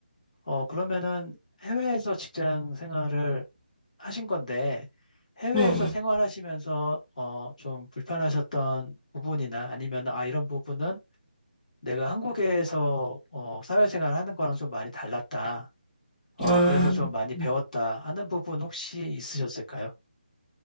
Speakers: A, on the left; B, in the centre.
A: 어, 그러면은 해외에서 직장 생활을 하신 건데, 해외에서
B: 음,
A: 생활하시면서, 어, 좀 불편하셨던 부분이나 아니면, 아, 이런 부분은 내가 한국에서, 어, 사회생활 하는 거랑 좀 많이 달랐다. 어,
B: 아,
A: 그래서 좀 많이 배웠다
B: 음.
A: 하는 부분 혹시 있으셨을까요?